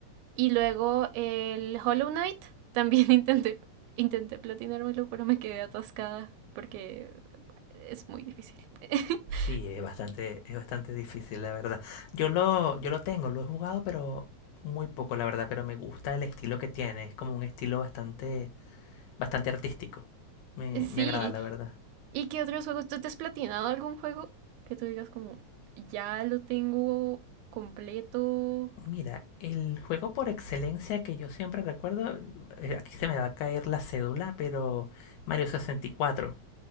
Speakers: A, on the right; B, on the left.
A: Y luego el Hollow Knight, <laughs> también intenté, intenté platinármelo, pero me quedé atascada porque es muy difícil. <laughs>
B: Sí, es bastante, es bastante difícil, la verdad. Yo lo, yo lo tengo, lo he jugado, pero muy poco, la verdad, pero me gusta el estilo que tiene. Es como un estilo bastante, bastante artístico. Me, me
A: sí.
B: agrada, la verdad.
A: ¿Y qué otros juegos? ¿Tú te has platinado algún juego que tú digas como, ya lo tengo completo?
B: Mira, el juego por excelencia que yo siempre recuerdo, eh, aquí se me va a caer la cédula, pero Mario sesenta y cuatro,